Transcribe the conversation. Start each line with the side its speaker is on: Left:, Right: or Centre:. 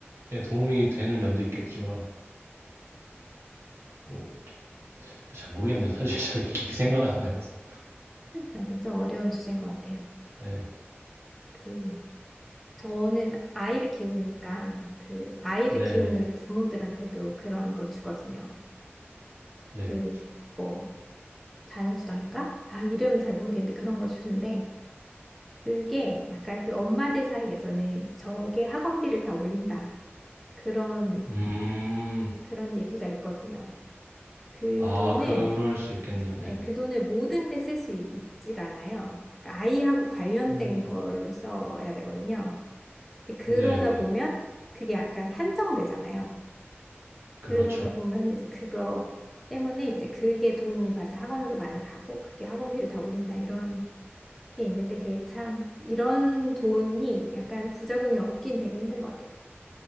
Right: 도움이 되는 면도 있겠지만 뭐 잘 모르겠네요. <laughs> 사실 제가 깊이 생각은 안 해봐서.
Centre: 아, 좀 어려운 주제인 것 같아요.
Right: 네.
Centre: 그, 저는 아이를 키우니까 그 아이를
Right: 네네.
Centre: 키우는
Right: 네.
Centre: 부모들한테도 그런 걸 주거든요.
Right: 네.
Centre: 그 뭐 자녀 수당인가? 아 이름은 잘 모르겠는데 그런 걸 주는데 그게 약간 그 엄마들 사이에서는 저게 학원비를 다 올린다 그런
Right: 음.
Centre: 그런 얘기가 있거든요. 그
Right: 아,
Centre: 돈을
Right: 그럴 수 있겠네요. 네네.
Centre: 예, 그 돈을 모든 데 쓸 수 있지가 않아요. 그러니까 아이하고 관련된
Right: 음.
Centre: 걸로 써야 되거든요. 근데 그러다
Right: 네네.
Centre: 보면 그게 약간 한정되잖아요.
Right: 그렇죠.
Centre: 그러다 보면 이제 그거 때문에 이제 그게 돈이 맞아 학원으로 많이 가고 그게 학원비를 다 올린다 이런 게 있는데 그게 참 이런 돈이 약간 부작용이 없긴 되게 힘든 것 같아요.